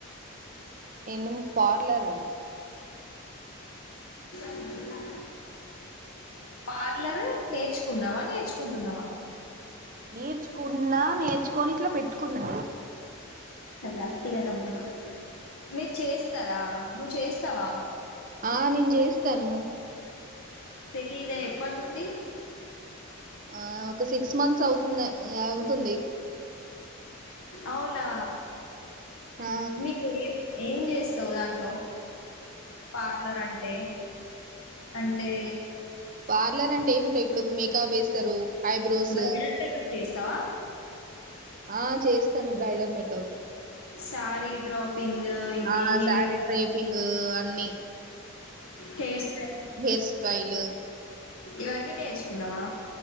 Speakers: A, on the right (about 40°); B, on the left (about 75°).
A: నేను పార్లరు
B: <inaudible> పార్లరు నేర్చుకున్నావా, నేర్చుకుంటున్నావా?
A: నేర్చుకుంటున్నా, నేర్చుకొని ఇట్లా పెట్టుకున్న.
B: వ్యక్తిగతముందు మీరు చేస్తారా? నువ్వు చేస్తావా?
A: ఆ నేను చేస్తాను.
B: లేదా? ఎప్పటినుండి.
A: ఆ ఒక సిక్స్ మంత్స్ అవుతుందే అవుతుంది.
B: అవునా?
A: ఆ
B: మీకు ఏ ఏం చేస్తావ్ దాంట్లో పార్లర్ అంటే? అంటే
A: పార్లర్ అంటే ఏముంటాయి ఇప్పుడు మేకప్ వేస్తారు. ఐబ్రోస్
B: బ్రైడల్ మేకప్ చేస్తావా
A: ఆ చేస్తాను. Bridal makeup. హబ్
B: సారీ డ్రాపింగు, ఇవి
A: ఆ
B: హేయిర్
A: శారీ
B: స్టైల్స్
A: డ్రేపింగ్ అన్ని
B: హెయిర్ స్టైల్
A: హెయిర్ స్టైల్
B: ఇవన్నీ నేర్చుకున్నావా?